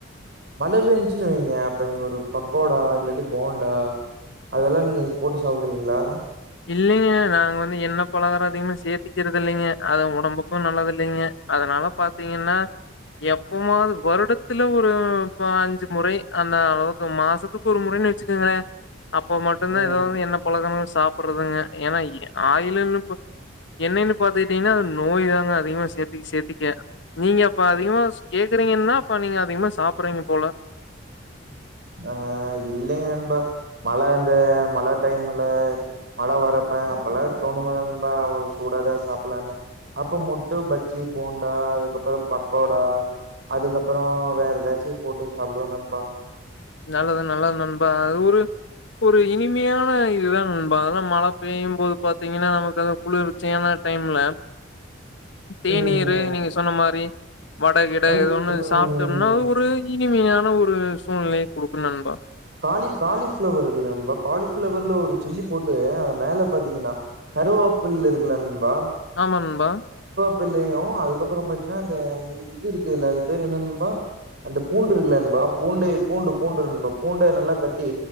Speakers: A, on the right; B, on the left.
A: மழ பேஞ்ச்சுனு வெய்ங்க அப்ப நீங்க ஒரு பக்கோடா இல்லாட்டி போண்டா அதெல்லா நீங்க போட்டு சாப்டுவிங்ளாணா
B: இல்லிங்க நாங்க வந்து எண்ண பலகாரோ அதிகமா சேத்திக்கிறது இல்லிங்க அது ஒடம்புக்கூ நல்லது இல்லீங்க அதனால பாத்தீங்கன்னா எப்பமாவ்து வருடத்துல ஒரு ப அஞ்சு முறை அந்த அளவுக்கு மாசத்துக்கு ஒரு முறைன்னு வெச்சுக்கங்களே அப்போ மட்டுந்தா
A: ம்
B: எதோ வந்து எண்ண பழகணு ஸ் ப்பறதுங்க ஏன்னா இ ஆயிலுன்னு ப எண்ணைணு பாத்துக்கிட்டீங்ன்னா நோய் தாங்க அதிகமா சேத்திக் சேத்திக்க நீங்க அப்ப அதிகமா ஸ் கேக்குறீங்கன்னா அப்ப நீங்க அதிகமா சாப்பறீங்க போல
A: அஹ் இல்லைங்க நண்பா மழ அந்த மழை டைம்முல மழை வரப்ப அப்பல்லா தோணுமா நண்பா ஒரு சூடா எதா சாப்லானு அப்போ முட்டு பஜ்ஜி போண்டா அதுக்கப்புற பக்கோடா அதுக்கப்புறோ வேற எதாச்சி போட்டு சாப்டுவோ நண்பா
B: நல்லது நல்லது நண்பா அது ஒரு ஒரு இனிமியான இதுதா நண்பா அதல்லா மழை பெய்யும் போது பாத்தீங்கன்னா நமக்கு அது குளிர்ச்சியான டைம்ல தேநீரு
A: ம்
B: நீங்க சொன்ன மாரி வட கிட
A: நண்
B: எத ஒன்னு
A: ம்
B: சாப்டம்னா ஒரு இனிமையா அ ஒரு சூழ்நிலை குடுக்கு நண்பா
A: காலி காலிஃப்ளவர் இருக்குல்ல நண்பா காலிஃபிளவர்ல ஒரு சில்லி போட்டு அத மேல பாத்தீங்கன்னா கருவோப்பிள் இருக்குல்ல நண்பா
B: ஆமா நண்பா
A: ப்பில்லையு அதுக்கப்புறம் பாத்தீனா அந்த இ இது இருக்குதுல்ல அது பேர் என்ன நண்பா அந்த பூண்டு இருக்குல்ல நண்பா பூண்டே பூண்டு பூண்டு நண்பா பூண்ட நல்லா தட் டி